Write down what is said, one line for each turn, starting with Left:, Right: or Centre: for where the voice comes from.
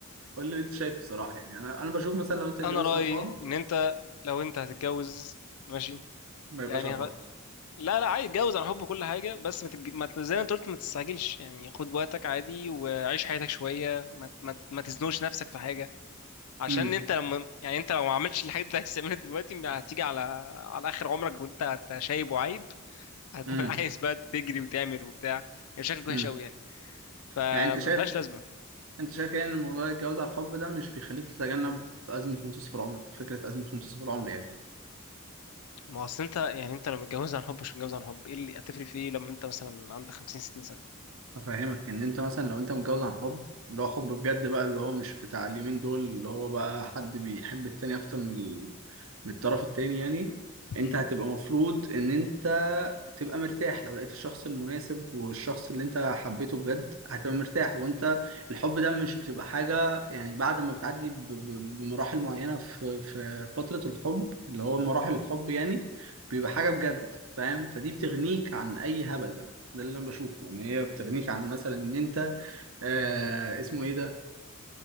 Right: قول لي إيه انت شايف الصراحة يعني انا انا بشوف مثلا لو انت اتجوزت
Left: انا رايي
Right: عن حب
Left: ان انت لو انت هتتجوز ماشي
Right: ما
Left: يعني
Right: يبقاش عن حب
Left: غ... لا لا عادي اتجوز عن حب كل حاجه بس ما تتج... ما ت- زي ما انت قلت ما تستعجلش يعني خد وقتك عادي وعيش حياتك شويه ما ت- ما ت- ما تزنقش نفسك في حاجه عشان
Right: امم
Left: انت لما يعني انت لو ما عملتش الحاجه اللي انت عايز تعملها دلوقتي هتيجي على على اخر عمرك وانت أنت شايب وعايب هتكون
Right: امم
Left: <laughs> عايز بقى تجري وتعمل وبتاع يعني شكلك وحش
Right: امم
Left: قوي يعني فملهاش
Right: يعني انت شايف
Left: لازمه
Right: انت شايف يعني ان موضوع الجواز على الحب ده مش بيخليك تتجنب ازمه منتصف العمر فكره ازمه منتصف العمر يعني
Left: ما هو اصل انت يعني انت لو متجوز عن حب مش متجوز عن حب ايه اللي هتفرق في ايه لما انت مثلا عندك 50 60 سنه
Right: افهمك ان انت مثلا لو انت متجوز عن حب اللي هو حب بجد بقى اللي هو مش بتاع اليومين دول اللي هو بقى حد بيحب التاني اكتر من ال... من الطرف التاني يعني انت
Left: امم
Right: هتبقى مفروض ان انت تبقى مرتاح لو لقيت الشخص المناسب والشخص اللي انت حبيته بجد هتبقى مرتاح وانت الحب ده مش بتبقى حاجة يعني بعد ما بتعدي ب- ب- بمراحل معينة في في فترة الحب اللي هو مراحل الحب يعني بيبقى حاجة بجد فاهم فدي بتغنيك عن اي هبل بقى ده اللي انا بشوفه ان هي بتغنيك عن مثلا ان انت آه اسمه ايه ده